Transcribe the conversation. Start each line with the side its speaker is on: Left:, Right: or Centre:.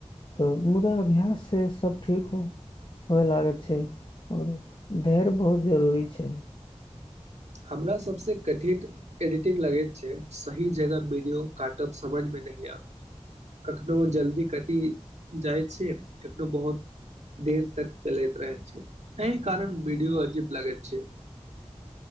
Left: तऽ मुदा अभ्याससँ सभ ठीक होय लागै छै आओर धैर्य बहुत जरूरी छै
Right: हमरा सबसँ कठिन एडिटिंग लगैत छै सही जगह वीडियो काटब समझमे नहि आबैत छै कखनो जल्दी कटि जाइत छै कखनो बहुत देर तक चलैत रहैत छै एहि कारण वीडियो अजीब लागैत छै